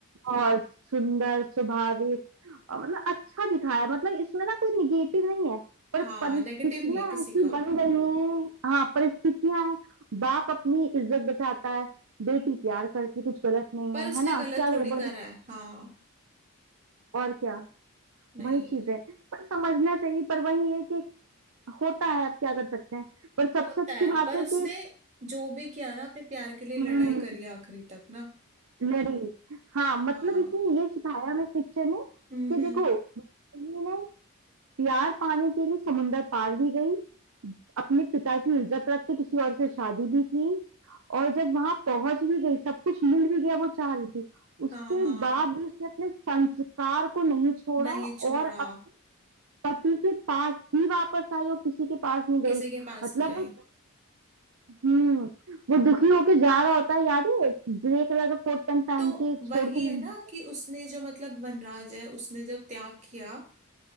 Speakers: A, on the right; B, on the right.
A: और सुंदर स्वाभाविक और मतलब अच्छा दिखाया है। मतलब इसमें ना कोई निगेटिव नहीं है पर
B: हाँ
A: परिस्थितियां
B: नेगेटिव नहीं है किसी
A: ऐसी
B: का
A: बन गई हैं हाँ परिस्थितियां हैं बाप अपनी इज्जत बचाता है बेटी प्यार करती कुछ गलत नहीं
B: पर
A: है
B: उसने
A: है ना
B: गलत
A: क्या
B: थोड़ी
A: गड़बड़
B: करा
A: है?
B: है हाँ
A: और क्या
B: नहीं
A: वही चीज है पर समझना चाहिए पर वही है कि होता है अब क्या कर सकते हैं पर
B: होता
A: सबसे अच्छी
B: है
A: बात
B: पर
A: है
B: उसने
A: कि
B: जो भी किया ना अपने प्यार के लिए लड़ाई
A: हम्म
B: करी है आखिरी तक ना
A: लड़ी हाँ मतलब
B: हाँ
A: इसने ये सिखाया हमें इस पिक्चर ने
B: हम्म
A: कि
B: हम्म,
A: देखो पत्नी ने प्यार पाने के लिए समुंदर पार भी गई अपने पिता की इज्जत रख के किसी और से शादी भी की और जब वहां पहुंच भी गई सब कुछ मिल भी गया वो चाह रही थी उसके
B: हाँ हाँ
A: बाद भी उसने अपने संस्कार को नहीं छोड़ा
B: नहीं छोड़ा
A: और अब पति के पास ही वापस आई और किसी के पास नहीं गई
B: किसी के पास
A: मतलब
B: नहीं आई
A: वो हम्म वो दुखी होके जा रहा होता है याद है ग्रे कलर का कोट पैंट पहन
B: तो
A: के छोड़
B: वही
A: के
B: है
A: नंदी
B: ना
A: को
B: कि उसने जो मतलब वनराज है उसने जब त्याग किया